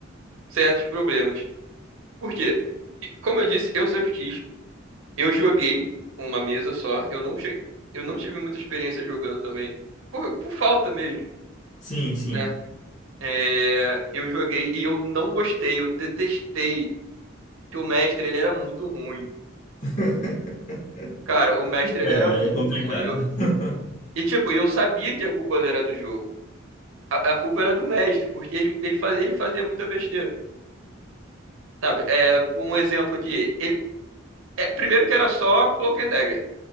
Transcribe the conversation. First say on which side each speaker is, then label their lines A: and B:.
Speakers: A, on the right; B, on the left.
A: certos problemas. Por quê? Como eu disse, eu sempre quis. Eu joguei uma mesa só. Eu não cheguei, eu não tive muita experiência jogando também. Por, por falta mesmo,
B: sim, sim.
A: né? É, eu joguei e eu não gostei, eu detestei. Que o mestre, ele era muito ruim.
B: <laughs>
A: Cara, o mestre, ele
B: É,
A: era muito
B: é complicado.
A: ruim. Eu-
B: <laughs>
A: e tipo, eu sabia que a culpa não era do jogo. A, a culpa era do mestre, porque ele, ele, faz, ele fazia muita besteira. Sabe? É, um exemplo aqui. Ele, é, primeiro que era só Cloak and Dagger.